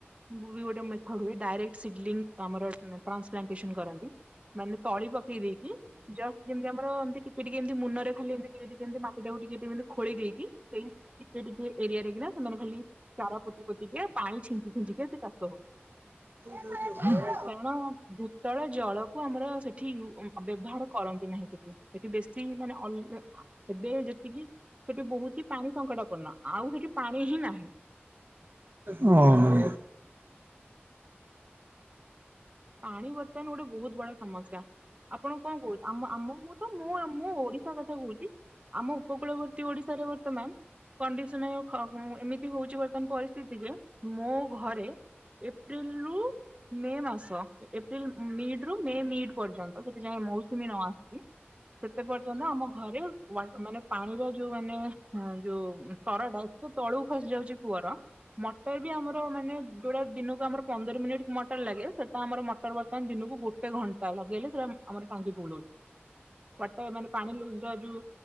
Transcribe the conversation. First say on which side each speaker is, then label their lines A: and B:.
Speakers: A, on the right; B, on the right.
A: ବୁ ଗୋଟେ ମେଥଡୁଏ ଡାଇରେକ୍ଟ ସିଡ ଆମର ଟ୍ରାନ୍ସପ୍ଲାଟେସନ କରନ୍ତି ମାନେ ତଳି ପକେଇ ଦେଇକି ଜ ଯେମତି ଆମର ଏମତି ଟିକେ ଏମିତି ମୁନରେ ଖାଲି ଏମତି ଟିମତି ମାଟି ଡକୁ ଟିକେ ଟମିତି ଖୋଳି ଦେଇକି ସେ ଟିକେ ଟିକେ ଏରିଆରେ କିନା ସେମାନେ ଖାଲି ଚାର ପୋତି ପୋତିକି ପାଣି ଛିଞ୍ଚି ଛିଞ୍ଚିକି ସେ ଚାଷ ହୁଏ।
B: ହୁଁ
A: କାରଣ ଭୂତଳ ଜଳକୁ ଆମର ସେଠି ବ୍ୟବହାର କରନ୍ତି ନାହିଁ ସେଠି ସେଠି ବେଶୀ ସେଠି ମାନେ ଅ ଏବେ ଯେତିକି ସେଠି ବହୁତ ହି ପାଣି ସଙ୍କଟପୂର୍ଣ୍ଣ। ଆଉ ସେଠି ପାଣି ହିଁ ନାହିଁ।
B: ହଁ ହଁ।
A: ପାଣି ବର୍ତ୍ତମାନ ଗୋଟେ ବହୁତ ବଡ ସମସ୍ୟା। ଆପଣ କଣ କହୁ ଆ ଆମ ମୁଁ ତ ମୁଁ ମୁଁ ଓଡିଶା କଥା କହୁଛି। ଆମ ଉପକୂଳବର୍ତ୍ତୀ ଓଡିଶାରେ ବର୍ତ୍ତମାନ। କଣ୍ଡିସନ ଖ ଏମିତି ହଉଛି ବର୍ତ୍ତମାନ ପରିସ୍ଥିତିରେ ମୋ ଘରେ ଏପ୍ରିଲ ରୁ ମେ ମାସ। ଏପ୍ରିଲ ମିଡ ରୁ ମେ ମିଡ ପର୍ଯ୍ୟନ୍ତ ଯତେ ଯାଏ ମୌସୁମୀ ନ ଆସଛି। ସେତେ ପର୍ଯ୍ୟନ୍ତ ଆମ ଘରେ ମାନେ ପାଣିର ଯୋଉ ମାନେ ଯୋଉ ସ୍ରଟା ତ ତଳୁକୁ ଖସି ଯାଉଛି କୂଅର। ମଟର ବି ଆମର ମାନେ ଯୋଉଟା ଦିନକୁ ଆମର ପନ୍ଦର ମିନିଟ ମଟର ଲାଗେ ସେ ତ ଆମର ମଟର ବର୍ତ୍ତମାନ ଦିନୁକୁ ଗୋଟେ ଘଣ୍ଟା ଲଗେଇଲେ ସେଟା ଆମର ଟାଙ୍କି ଫୁଲ୍ ହୋଉଚି। ୱାଟର ମାନେ ପାଣି <unintelligible> ଯୋଉ